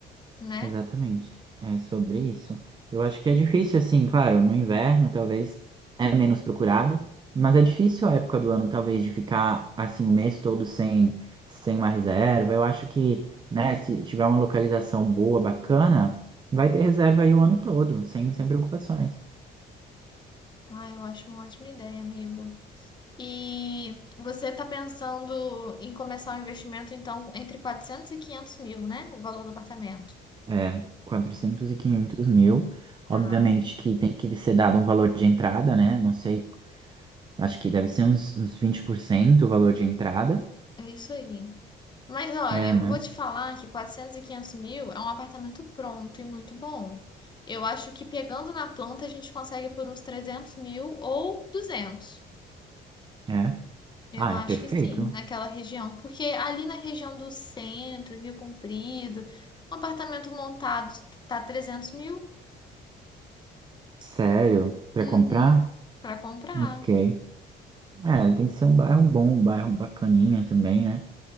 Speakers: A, on the left (about 25°); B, on the right (about 25°).
A: né?
B: Exatamente. É sobre isso. Eu acho que é difícil, assim, claro, no inverno talvez é menos procurado, mas é difícil a época do ano, talvez, de ficar assim o mês todo sem, sem uma reserva. Eu acho que, né, se tiver uma localização boa, bacana, vai ter reserva aí o ano todo, sem, sem preocupações.
A: Ah, eu acho uma ótima ideia, amigo. E você está pensando em começar um investimento, então, entre 400 e 500 mil, né? O valor do apartamento.
B: É, 400 e 500 mil.
A: Tá.
B: Obviamente que tem que ser dado um valor de entrada, né? Não sei, acho que deve ser uns, uns 20% o valor de entrada.
A: É isso aí. Mas olha,
B: É,
A: eu
B: né?
A: vou te falar que 400 e 500 mil é um apartamento pronto e muito bom. Eu acho que pegando na planta a gente consegue por uns 300 mil ou 200.
B: é
A: Eu
B: Ah,
A: acho
B: é perfeito.
A: que sim, naquela região. Porque ali na região do centro, Rio Comprido, um apartamento montado tá 300 mil?
B: Sério? Pra
A: Uhum,
B: comprar?
A: para comprar.
B: Ok. É, tem que ser um bairro bom, um bairro bacaninha também, né?